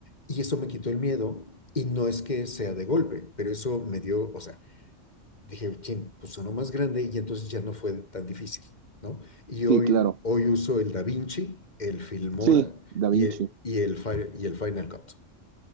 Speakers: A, on the left; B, on the right.
A: y eso me quitó el miedo. Y no es que sea de golpe, pero eso me dio, o sea, dije, chin, pues sonó más grande y entonces ya no fue tan difícil, ¿no? Y hoy,
B: sí, claro.
A: hoy uso el DaVinci, el Filmora
B: Sí, Da
A: y
B: Vinci.
A: el, y el, y el Final Cut.